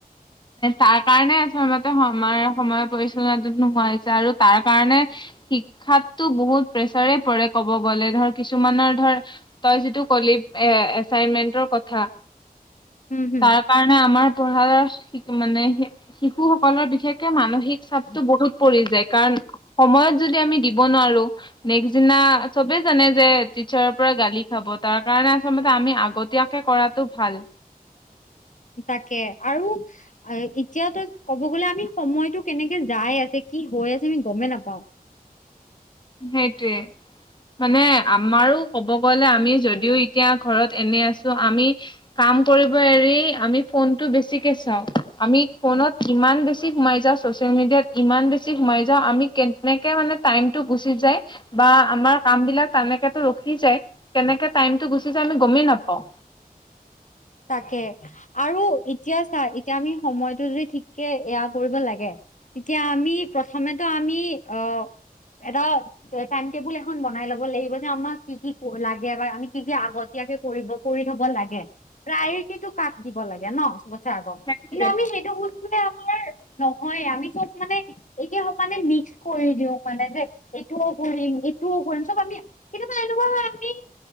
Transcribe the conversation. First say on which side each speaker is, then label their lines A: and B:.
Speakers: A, on the left; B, on the left.
A: তাৰ কাৰণে আচলতে সময় সময়ে পৰিচালনাটো নোহোৱা হৈছে আৰু তাৰ কাৰণে শিক্ষাতো বহুত প্ৰেছাৰে পৰে ক'ব গ'লে ধৰ কিছুমানৰ ধৰ তই যিটো ক'লি এ এচাইমেণ্ট কথা।
B: উম হুম
A: তাক কাৰণে আমাৰ <unintelligible> শিকো মানে। শিশু সকলৰ বিশেষকে মানসিক চাপটো বহুত পৰি যায়। কাৰণ সময়ত যদি আমি দিব নোৱাৰো। নেক্স দিনা চবে জানে যে টিচাৰৰ পৰা গালি খাব তাৰ কাৰণে আ প্ৰথমতে আমি আগতীয়াকে কৰাটো ভাল।
B: তাকে! আৰু এতিয়াতো ক'ব গলে আমি সময়টো কেনেকে যায় আছে কি হৈ আছে আমি গমেই নাপাওঁ।
A: সেইটোৱে। মানে আমাৰো ক'ব গলে আমি যদিও এতিয়া ঘৰত এনে আছো আমি কাম কৰিব এৰি আমি ফোনটো বেছিকে চাওঁ। আমি ফোনত ইমান বেছি সোমাই যাওঁ, ছ'চিয়েল মিডিয়াত ইমান বেছি সোমাই যাওঁ আমি কেনেকে মানে টাইম টো গুচি যায় বা আমাৰ কাম বিলাক তালেকোটো ৰখি যায়। কেনেকে টাইমটো গুচি যায় আমি গমেই নাপাওঁ।
B: তাকে আৰু এতিয়া চা এতিয়া আমি সময়টো যদি ঠিককে এয়া কৰিব লাগে। তেতিয়া আমি প্ৰথমেতো আমি অ' এটা টাইম টেবুল এখন বনাই ল'ব লাগিব যে আমাক কি কি লাগে বা আমি কি কি আগত তীয়াকে কৰিব কৰি থব লাগে। প্ৰায়ৰিটিটো কাক দিব লাগে ন' চবতছে আগত
A: সেইটোৱে
B: কিন্তু আমি সেইটো
A: <inaudible>
B: আমাৰ নহয় আমি <unintelligible> মানে এইকে সমানে মিক্স কৰি দিও মানে যে এইটোও কৰিম সেইটোও কৰিম চব আমি কেতিয়াবা এনেকুৱা হয় আমি